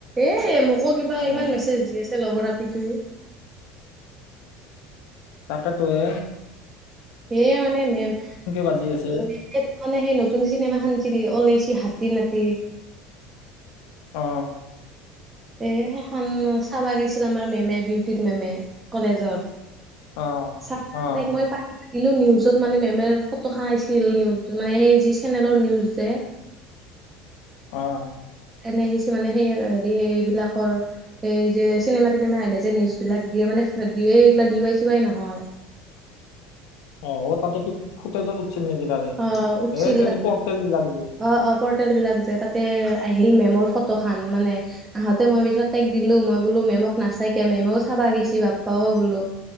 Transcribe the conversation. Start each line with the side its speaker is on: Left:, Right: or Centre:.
Right: এ মোকো কিবা
Left: অ
Right: ইমান মেছেজ দি আছে লগৰ সেইটোৱেই
Left: তাতোৱে
Right: সে মানে মেম
Left: বাজি আছে
Right: <unintelligible> মানে সেই নতুন চিনেমা খান যি ওলাইছি হাতী নাতি।
Left: অ।
Right: এ সেইখন চাবা গৈছিল আমাৰ মেমে বিউটিৰ মেমে কলেজৰ।
Left: অ
Right: চাক
Left: অ
Right: তাক মই পা দিলো নিউজত মানে মেমে ফটোখান আইছিল নিউজ মানে সেই যি চেনেলৰ নিউজ যে। <inaudible>
Left: অ অ।
Right: এনে সি চি মানে সেই হেৰি এইবলাকৰ এই যে চিনেমা তিনেমা আহিলে যে নিউজ বিলাক দিয়ে মানে দিওয়েই এইগিলা দিৱাই চিৱাই নহয়।
Left: অ-অ তাতে কি ফুটেজত উঠছিল নেকি তাৰে?
Right: অ উঠছিল
Left: এই এইগিলা পৰ্টেল বিলাক যি।
Right: অ অ পৰ্টেল বিলাক যে তাতে আহিল মেমৰ ফটো খান। মানে আহোতে মই পিছত তাইক দিলো। মই বোলো মেমক নাচাকিয়া। মেমেও চাবা গৈছি বাপ্পাও বোলো।